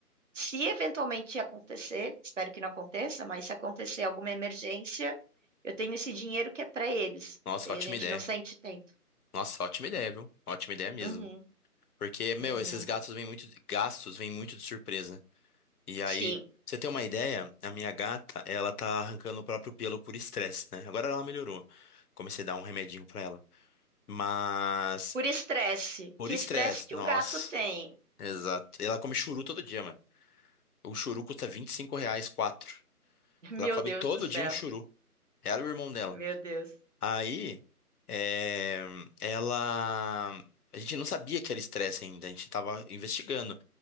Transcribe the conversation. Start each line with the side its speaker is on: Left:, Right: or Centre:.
Right: Se eventualmente acontecer, espero que não aconteça, mas se acontecer alguma emergência, eu tenho esse dinheiro que é para eles.
Left: Nossa,
Right: Daí
Left: ótima
Right: a gente
Left: ideia.
Right: não sente tanto.
Left: Nossa, ótima ideia, viu? Ótima ideia mesmo.
Right: Uhum,
Left: Porque, meu,
Right: uhum.
Left: esses gatos vêm muito, gastos vêm muito de surpresa. E aí,
Right: Sim,
Left: pra você ter uma ideia, a minha gata, ela tá arrancando o próprio pelo por estresse, né? Agora ela melhorou. Comecei a dar um remedinho pra ela. Mas,
Right: por estresse.
Left: por
Right: Que
Left: estresse,
Right: estresse que
Left: nossa.
Right: um gato tem?
Left: Exato. Ela come churu todo dia, mano. O churu custa 25 reais, quatro.
Right: <laughs> Meu
Left: Ela come
Right: Deus
Left: todo
Right: do céu.
Left: dia um churu. Ela e o irmão dela.
Right: Meu Deus.
Left: Aí, é, ela. A gente não sabia que era estresse ainda, a gente estava investigando.